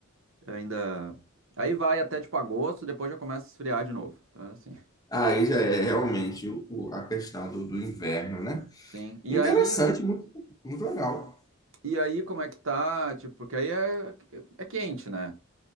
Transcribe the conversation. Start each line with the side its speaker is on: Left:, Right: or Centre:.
Right: ainda aí vai até tipo agosto, depois já começa a esfriar de novo, tá? Assim. <laughs>
Left: Aí já é realmente o- o- a questão do, do inverno, né?
Right: Sim. E
Left: Interessante,
Right: aí,
Left: muito, muito legal.
Right: e aí como é que tá? Tipo, porque aí é, é quente, né?